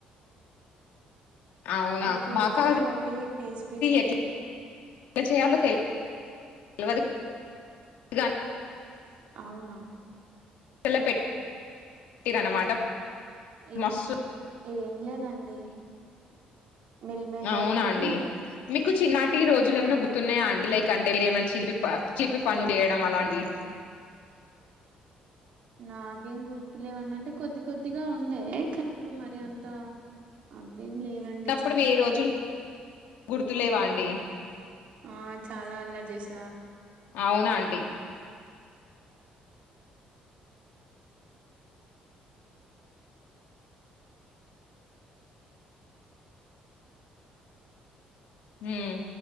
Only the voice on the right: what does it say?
ఎక్కువ ఉడుకుతే
మళ్ళీ పీస్ పీస్ ఉంటది
అవునా
ఏ
ఏం లేదండి మిల్ మికర్లనే
నాకేం గుర్తులేవండి అంటే కొద్ది కొద్దిగా ఉండే కనీ ఇప్పుడు మరి అంత అవేం లేవండి
చిలిపి
ఆ చాలా అల్లరి చేస్